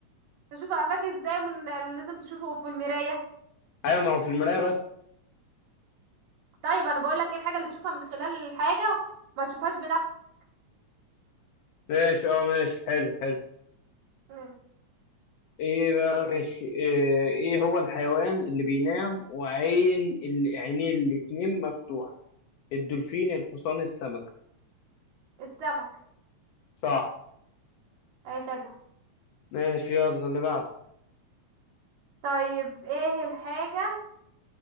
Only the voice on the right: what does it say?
تشوف قفاك ازاي من لازم تشوفه في المراية
طيب انا بقولك ايه الحاجة اللي تشوفها من خلال الحاجة ما تشوفهاش بنفسك
مم.
السمك
اي خدعة
طيب ايه الحاجة